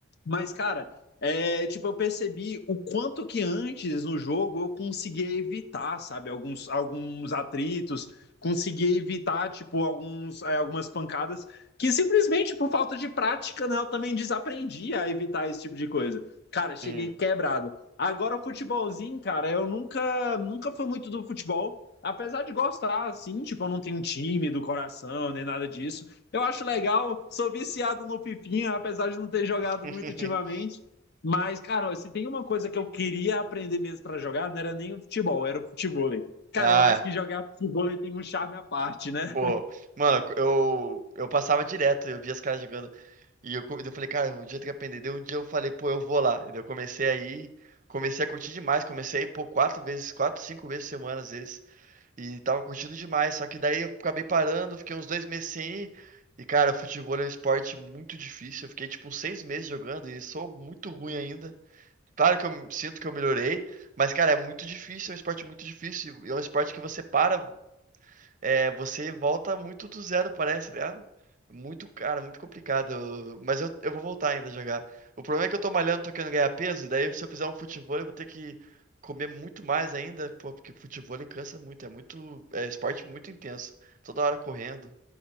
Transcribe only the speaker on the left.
Mas, cara, é, tipo, eu percebi o quanto que antes no jogo eu conseguia evitar, sabe, alguns, alguns atritos, conseguia evitar, tipo, alguns, é, algumas pancadas que simplesmente por falta de prática, né, eu também desaprendi a evitar esse tipo de coisa. Cara, cheguei
quebrado. Agora, o futebolzinho, cara, eu nunca, nunca fui muito do futebol, apesar de gostar, assim, tipo, eu não tenho um time do coração, nem nada disso. Eu acho legal, sou viciado no Fifinha, apesar de não ter jogado
muito ultimamente. Mas, cara, se tem uma coisa que eu queria aprender mesmo pra jogar, não era nem o futebol, era o futebol. Cara,
eu acho que
jogar futebol tem um charme à parte, né?